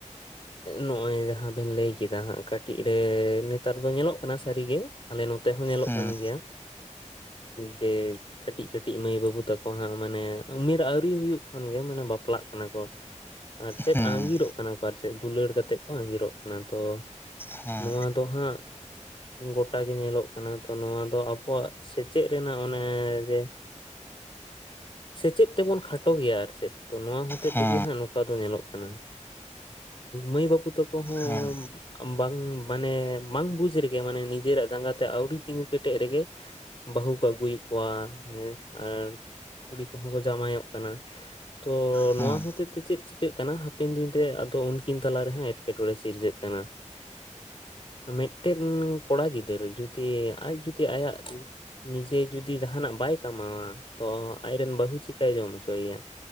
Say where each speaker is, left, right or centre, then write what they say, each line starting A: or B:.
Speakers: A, on the left; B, on the left.
A: ᱱᱚᱜᱼᱚᱭ ᱡᱟᱦᱟᱸ ᱵᱮᱱ ᱞᱟᱹᱭ ᱠᱮᱫ ᱦᱟᱸᱜ ᱠᱟᱹᱴᱤᱡ ᱨᱮ ᱱᱮᱛᱟᱨ ᱫᱚ ᱧᱮᱞᱚᱜ ᱠᱟᱱᱟ ᱥᱟᱹᱨᱤᱜᱮ ᱟᱞᱮ ᱱᱚ ᱛᱮᱦᱚ ᱧᱮᱞᱚᱜ
B: ᱦᱮᱸ
A: ᱠᱟᱱ ᱜᱮᱭᱟ ᱡᱮ ᱠᱟᱹᱴᱤᱡ ᱠᱟᱹᱴᱤᱡ ᱠᱟᱹᱴᱤᱡ ᱢᱟᱹᱭ ᱵᱟᱹᱵᱩ ᱛᱟᱠᱚ ᱦᱟᱸᱜ ᱢᱟᱱᱮ ᱩᱢᱮᱨ ᱟᱹᱣᱨᱤ ᱦᱩᱭᱩᱜ ᱠᱷᱚᱱ ᱜᱮ ᱢᱟᱱᱮ ᱵᱟᱯᱞᱟᱜ ᱠᱟᱱᱟ ᱠᱚ ᱟᱨ ᱪᱮᱫ
B: ᱦᱮᱸ
A: ᱟᱸᱜᱤᱨᱚᱜ ᱠᱟᱱᱟ ᱠᱚ ᱟᱨ ᱪᱮᱫ ᱫᱩᱞᱟᱹᱲ ᱠᱟᱛᱮᱜ ᱠᱚ ᱟᱸᱜᱤᱨᱚᱜ ᱠᱟᱱᱟ ᱛᱚ
B: ᱦᱮᱸ
A: ᱱᱚᱣᱟ ᱫᱚ ᱦᱟᱸᱜ ᱜᱚᱴᱟ ᱜᱮ ᱧᱮᱞᱚᱜ ᱠᱟᱱᱟ ᱛᱚ ᱱᱚᱣᱟ ᱫᱚ ᱟᱵᱚᱣᱟᱜ ᱥᱮᱪᱮᱫ ᱨᱮᱱᱟᱜ ᱚᱱᱮ ᱡᱮ ᱥᱮᱪᱮᱫ ᱛᱮᱵᱚᱱ ᱠᱷᱟᱴᱚ ᱜᱮᱭᱟ ᱟᱨ ᱪᱮᱫ ᱱᱚᱣᱟ ᱦᱚᱛᱮᱡ
B: ᱦᱮᱸ
A: ᱛᱮᱜᱮ ᱦᱟᱸᱜ ᱱᱚᱝᱠᱟ ᱫᱚ ᱧᱮᱞᱚᱜ ᱠᱟᱱᱟ ᱢᱟᱹᱭ ᱵᱟᱵᱩ ᱛᱠᱚ ᱦᱚ
B: ᱦᱮᱸ
A: ᱵᱟᱝ ᱢᱟᱱᱮ ᱵᱟᱝ ᱵᱩᱡ ᱨᱮᱜᱮ ᱢᱟᱱᱮ ᱱᱤᱡᱮᱨᱟᱜ ᱡᱟᱸᱜᱟᱛᱮ ᱟᱣᱲᱤ ᱛᱤᱸᱜᱩ ᱠᱮᱴᱮᱡ ᱨᱮᱜᱮ ᱵᱟᱹᱦᱩ ᱟᱹᱜᱩᱭᱮᱫ ᱠᱚᱣᱟ ᱦᱮᱸ ᱟᱨ ᱠᱩᱲᱤ ᱠᱚᱦᱚᱸ ᱠᱚ ᱡᱟᱶᱟᱭᱚᱜ ᱠᱟᱱᱟ ᱛᱚ
B: ᱦᱮᱸ
A: ᱱᱚᱣᱟ ᱦᱚᱛᱮ ᱛᱮ ᱪᱮᱫ ᱪᱤᱠᱟᱹᱜ ᱠᱟᱱᱟ ᱦᱟᱯᱮᱱ ᱫᱤᱱᱨᱮ ᱟᱫᱚ ᱩᱱᱠᱤᱱ ᱛᱟᱞᱟᱨᱮ ᱦᱟ ᱮᱸᱴᱠᱮᱴᱚᱬᱮ ᱥᱤᱨᱡᱟᱹᱜ ᱠᱟᱱᱟ ᱢᱤᱫᱴᱮᱱ ᱠᱚᱲᱟ ᱜᱤᱫᱽᱟᱹᱨᱟᱹ ᱡᱩᱫᱤ ᱟᱡ ᱡᱩᱫᱤ ᱟᱭᱟᱜ ᱱᱤᱡᱮ ᱡᱩᱫᱤ ᱡᱟᱦᱟᱱᱟᱜ ᱵᱟᱭ ᱠᱟᱢᱟᱣᱟ ᱛᱚ ᱟᱡᱨᱮᱱ ᱵᱟᱹᱦᱩ ᱪᱤᱠᱟᱭ ᱡᱚᱢ ᱦᱚᱪᱚᱭᱮᱭᱟ